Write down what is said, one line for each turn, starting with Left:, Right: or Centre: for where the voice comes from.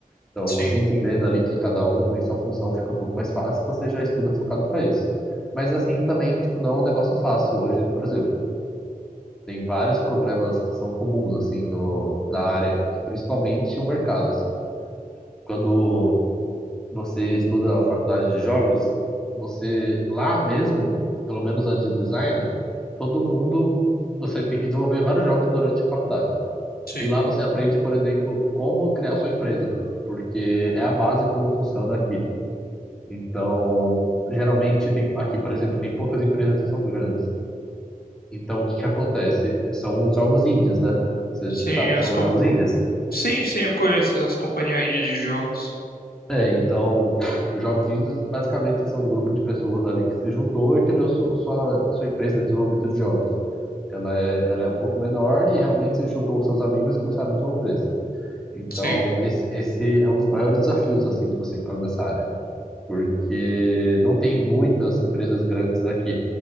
Centre: Então,
Left: Sim,
Centre: você entendendo ali que cada um tem sua função, fica um pouco mais fácil, você já estuda focado para isso. Mas assim, também, tipo, não é um negócio fácil hoje no Brasil. Tem vários problemas que são comuns, assim, no, na área, principalmente o mercado, assim. Quando você estuda a faculdade de jogos, você lá mesmo, pelo menos a de design, todo mundo você tem que desenvolver vários jogos durante a faculdade.
Left: sim.
Centre: E lá você aprende, por exemplo, como criar sua empresa, porque é a base como funciona aqui. Então, geralmente tem aqui, por exemplo, tem poucas empresas que são grandes. Então, o que que acontece? São os jogos indies, né? Você
Left: Sim,
Centre: sabe,
Left: as
Centre: que são
Left: compa...
Centre: os jogos indies.
Left: Sim, sim, eu conheço as companhias indie de jogos.
Centre: É, então, os jogos indies basicamente são um grupo de pessoas ali que se juntou e criou sua, sua, sua empresa de desenvolvimento de jogos. Ela é, ela é um pouco menor e realmente se juntou com seus amigos e começaram a desenvolver, sabe? Então,
Left: Sim,
Centre: esse, esse é um dos maiores desafios, assim, de você entrar nessa área, porque não tem muitas empresas grandes aqui.